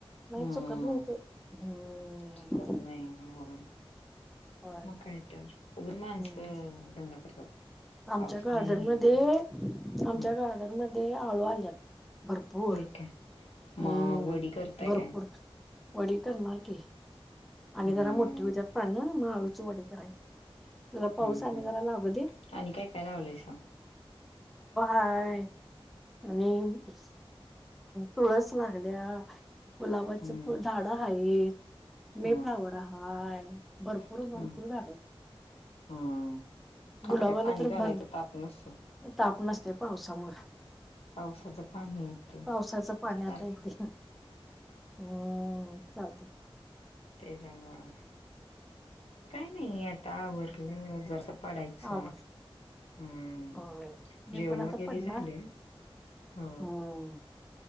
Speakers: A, in the centre; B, on the left.
A: नाही
B: हम्म
A: चुकत नाही ते हम्म
B: च नाही हो
A: होय
B: मग काय तर उघून माणसं
A: हम्म
B: रंग करतात
A: आमच्या
B: पाऊस
A: गार्डन
B: नाही हे
A: मध्ये
B: नाही
A: आमच्या
B: हम्म
A: गार्डन मध्ये आळू आल्यात भरपूर
B: होय काय? मग
A: हम्म
B: वडी करताय
A: भरपूर
B: काय?
A: वडी करणार की आणि
B: हम्म,
A: जरा मोठी उज्यात पान मग आळूची वडी करायची जरा पाऊस
B: हम्म
A: आणि
B: हम्म
A: जरा लागू दे
B: आणि काय काय लावलंयस
A: काय आणि अ तुळस लागल्या गुलाबाचे
B: हम्म,
A: फ झाड आहेत मे
B: हम्म,
A: फ्लावर हाय भरपूर
B: हम्म,
A: भरपूर झाड
B: हम्म.
A: गुलाबाला
B: आता काय पाणी
A: भर
B: घालायचं ताप नसेल.
A: ताप नसते पावसामुळे
B: पावसाचं पाणी येते
A: पावसाचं पाण्यातता
B: सारखं
A: येते. हम्म चा
B: तेज म्ह काय नाही आता आवरलं जरस पडायचं.
A: आवाज
B: हम्म
A: होय मी
B: जेवण
A: पण आता
B: वगैरे
A: पडणार
B: झाले हो.
A: हम्म